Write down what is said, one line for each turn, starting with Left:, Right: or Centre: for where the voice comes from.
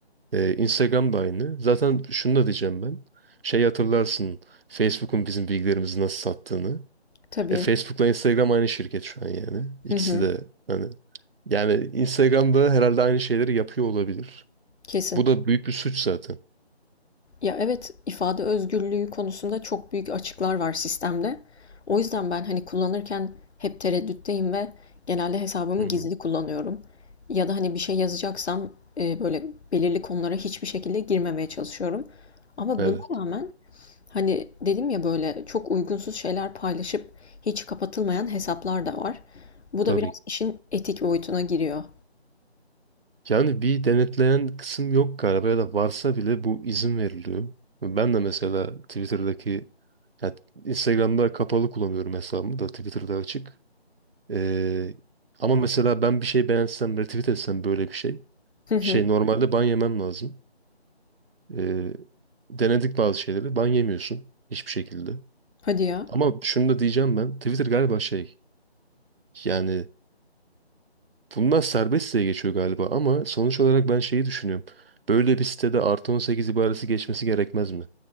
Right: E, Instagram da aynı. Zaten şunu da diyeceğim ben. Şey hatırlarsın Facebook'un bizim bilgilerimizi nasıl sattığını.
Left: Tabii.
Right: E, Facebook'la Instagram aynı şirket şu an yani. İkisi
Left: Hı hı.
Right: de hani yani Instagram'da herhalde aynı şeyleri yapıyor olabilir.
Left: Kesin.
Right: Bu da büyük bir suç zaten.
Left: Ya evet, ifade özgürlüğü konusunda çok büyük açıklar var sistemde. O yüzden ben hani kullanırken hep tereddütteyim ve genelde hesabımı
Right: Hı hı.
Left: gizli kullanıyorum. Ya da hani bir şey yazacaksam e, böyle belirli konulara hiçbir şekilde girmemeye çalışıyorum. Ama
Right: Evet,
Left: buna rağmen hani dedim ya böyle çok uygunsuz şeyler paylaşıp hiç kapatılmayan hesaplar da var. Bu
Right: tabii.
Left: da biraz işin etik boyutuna giriyor.
Right: Yani bir denetleyen kısım yok galiba ya da varsa bile bu izin veriliyor. Ben de mesela Twitter'daki ya Instagram'da kapalı kullanıyorum hesabımı da Twitter'da açık. Ee, ama mesela ben bir şey beğensem, retweet etsem böyle bir şey.
Left: Hı hı.
Right: Şey normalde ban yemem lazım. Ee, denedik bazı şeyleri. Ban yemiyorsun hiçbir şekilde.
Left: Hadi ya.
Right: Ama şunu da diyeceğim ben. Twitter galiba şey yani Bunlar serbest diye geçiyor galiba ama sonuç olarak ben şeyi düşünüyorum. Böyle bir sitede artı 18 ibaresi geçmesi gerekmez mi?